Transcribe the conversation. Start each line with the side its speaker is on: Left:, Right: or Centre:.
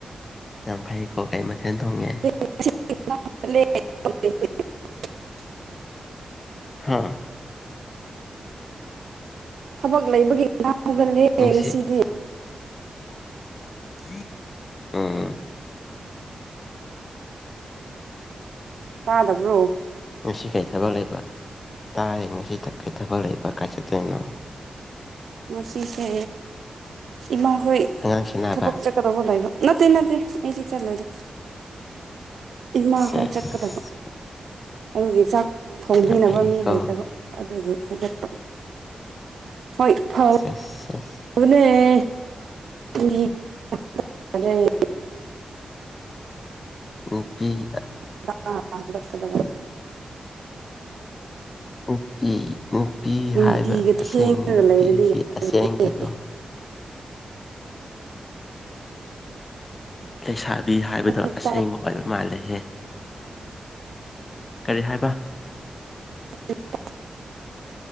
Left: ꯌꯥꯝ ꯐꯩꯀꯣ ꯀꯩ ꯃꯊꯦꯜ ꯊꯣꯡꯉꯤ
Right: <unintelligible>
Left: ꯍꯥꯥ
Right: ꯊꯕꯛ ꯂꯩꯕꯒꯤ ꯉꯥꯟꯇꯥ ꯍꯧꯒꯠꯂꯦ
Left: ꯉꯁꯤ
Right: ꯉꯁꯤꯗꯤ
Left: <inaudible> ꯎꯝ
Right: ꯇꯥꯗꯕ꯭ꯔꯣ
Left: ꯉꯁꯤ ꯀꯔꯤ ꯊꯕꯛ ꯂꯩꯕ ꯇꯥꯏ ꯉꯁꯤ ꯀꯩ ꯊꯕꯛ ꯂꯩꯕ ꯀꯥꯏ ꯆꯠꯇꯣꯏꯅꯣ
Right: ꯃꯁꯤꯁꯦ ꯏꯃꯥ ꯍꯣꯏ
Left: ꯑꯉꯥꯡ ꯁꯦꯟꯅꯕ
Right: ꯊꯕꯛ ꯆꯠ ꯆꯠꯀꯗꯕ ꯂꯩꯕ ꯅꯠꯇꯦ ꯅꯠꯇꯦ ꯑꯩꯗꯤ ꯆꯠꯂꯣꯏꯗ ꯏꯃꯥ
Left: ꯁꯦꯁ
Right: ꯍꯣꯏ ꯆꯠꯀꯗꯕ ꯑꯗꯨꯒꯤ ꯆꯥꯛ ꯊꯣꯡꯕꯤꯅꯕ
Left: ꯌꯥꯝ ꯐꯩꯌꯦꯀꯣ
Right: ꯃꯤ ꯂꯩꯇꯕ ꯑꯗꯨꯒꯤ ꯍꯧꯒꯠꯄ ꯍꯣꯏ ꯐꯨꯠ
Left: <unintelligible>
Right: <unintelligible>
Left: ꯅꯨꯄꯤ ꯑꯥ
Right: ꯉꯟꯇꯥ ꯉꯟꯇꯥ ꯍꯧꯒꯠꯀꯗꯕ
Left: ꯅꯨꯄꯤ ꯅꯨꯄꯤ
Right: ꯅꯨꯡꯇꯤꯒ
Left: ꯍꯥꯏꯕ
Right: ꯊꯦꯡꯉꯒ
Left: ꯑꯁꯦꯡ ꯅꯨꯄꯤꯒꯤ
Right: ꯂꯩꯔꯗꯤ
Left: ꯑꯁꯦꯡꯕꯗꯣ
Right: ꯌꯥꯗꯦ
Left: ꯂꯩꯁꯥꯕꯤ ꯍꯥꯏꯕꯗꯣ
Right: ꯅꯨꯄꯥ
Left: ꯑꯁꯦꯡꯕ ꯑꯣꯏꯔꯝ ꯃꯥꯜꯂꯦꯍꯦ ꯀꯔꯤ ꯍꯥꯏꯕ
Right: <unintelligible>